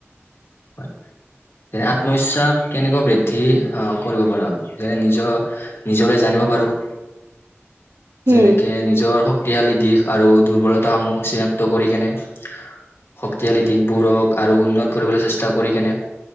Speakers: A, on the right; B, on the left.
A: <inaudible>
B: হয় যেনে আত্মবিশ্বাস কেনেকৈ বৃদ্ধি অহ কৰিব পাৰো আৰু যেনে নিজৰ নিজকে জানিব। জানিব পাৰো।
A: <inaudible>
B: যেনেকে
A: উম
B: নিজৰ শক্তিশালী দিশ আৰু দুৰ্বলতাসমূহ চিনাক্ত কৰিকিনে। শক্তিশালী দিশবোৰক আৰু উন্নত কৰিবলৈ চেষ্টা কৰি কেনে